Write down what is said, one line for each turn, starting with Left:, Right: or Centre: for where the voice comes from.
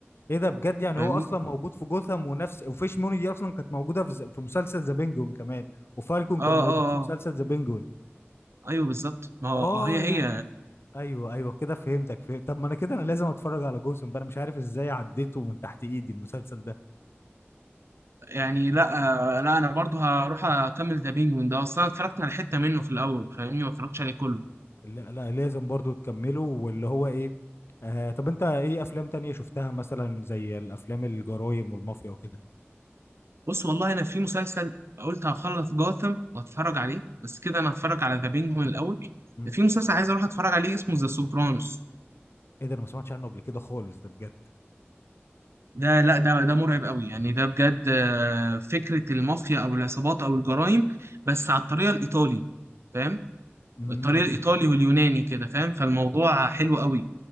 Left: ايه ده بجد يعني
Right: فاهمني
Left: هو اصلا موجود في جوثام ونفس وفيش موني دي اصلا كانت موجوده في ز- في مسلسل ذا بينجون كمان وفالكون
Right: اه
Left: كان
Right: اه
Left: موجود في
Right: اه
Left: مسلسل ذا بينجون
Right: ايوه بالظبط ما هو
Left: اه
Right: آه، هي
Left: يعني
Right: هي
Left: ايوه ايوه كده فهمتك فهمت طب ما انا كده انا لازم اتفرج على جوثام بقى انا مش عارف ازاي عديته من تحت ايدي المسلسل ده
Right: يعني لا آه، لا انا برضو هروح اكمل ذا بينجوين ده اصلا اتفرجت على حتة منه في الاول فاهمني ما اتفرجتش عليه كله
Left: لا لا لازم برضو تكمله واللي هو ايه آه طب انت ايه افلام تانية شفتها مثلا زي الافلام الجرايم والمافيا وكده
Right: بص والله انا في مسلسل قلت هخلص جاثم واتفرج عليه بس كده انا هتفرج على ذا بينجوين الاول
Left: مم.
Right: في مسلسل عايز اروح اتفرج عليه اسمه ذا سوبرانوس
Left: ايه ده انا ما سمعتش عنه قبل كده خالص ده بجد
Right: ده لا ده ده مرعب قوي يعني ده بجد آه، فكرة المافيا او العصابات او الجرائم بس على الطريقة الايطالي فاهم
Left: امم
Right: الطريقة الايطالي واليوناني كده فاهم فالموضوع حلو قوي